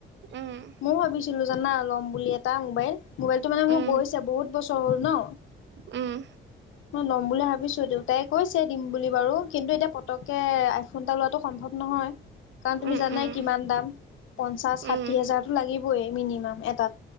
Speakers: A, on the right (about 65°); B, on the left (about 80°).
A: উম,
B: মই ভাবিছো। ছিলো জানা ল'ম বুলি এটা মোবাইল মোবাইলতটো মানে মোৰ
A: উম,
B: গৈছে বহুত বছৰ হ'ল ন।
A: উম।
B: মই ল'ম বুলি ভাবিছো দেউতাই কৈছে দিম বুলি বাৰু কিন্তু এতিয়া পতকে আইফোন এটা লোৱাটো। সম্ভৱ নহয় কাৰণ তুমি
A: উম,
B: জানাই
A: উম,
B: কিমান দাম পঞ্চাশ
A: উম।
B: সাথী হাজাৰ টো লাগিব। মিনিমাম এটাত।